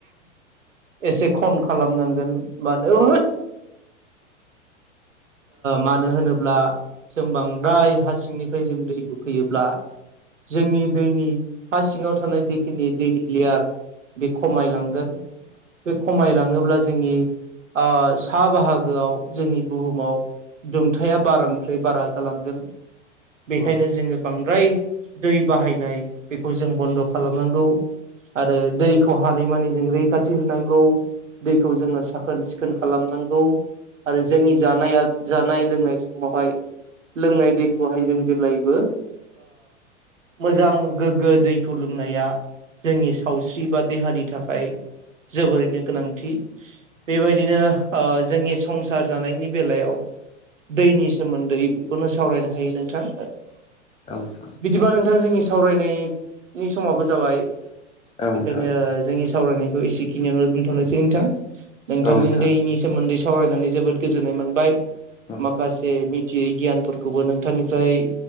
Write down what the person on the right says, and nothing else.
एसे खम खालामनांगोन मानो मानो होनोब्ला जों बांद्राय हा सिंनिफ्राय जों दै बोखोयोब्ला जोंनि दैनि हा सिङाव थानाय जेखिनि दैनि लेयार बे खमायलांगोन बे खमायलाङोब्ला जोंनि ओ साहा बाहाग गोआव जोंनि बुहुमाव दुंथाया बारानिफ्राय बारा जालांगोन। बेखायनो
जोङो बांद्राय दै बाहायनाय बेखौ जों बन्द' खालामनांगौ। आरो दैखौ हानायमानि जों रैखाथि होनांगौ। दैखौ जोङो साखोन सिखोन खालामनांगौ। आरो जोंनि जानाया जानाय लोंनाय समावहाय लोंनाय दैखौहाय जों जेब्लायबो मोजां गोग्गो दैखौ लोंनाया जोंनि सावस्रि बा देहानि थाखाय जोबोरैनो गोनांथि बेबायदिनो जोंनि संसार जानायनि बेलायाव दैनि सोमोन्दै बेखौनो सावरायनो हायो नोंथां।
बिदिबा नोंथां जोंनि सावरायनायनि समाबो जाबाय
बेखायनो जोंनि सावरायनायखौ एसेखिनियावनो दोनथ'नोसै नोंथां नोंथांजों
दैनि सोमोन्दै साव सावरायनानै जोबोद गोजोननाय मोनबाय।
माखासे मिथियै गियानफोरखौबो ओ नोंथांनिफ्राय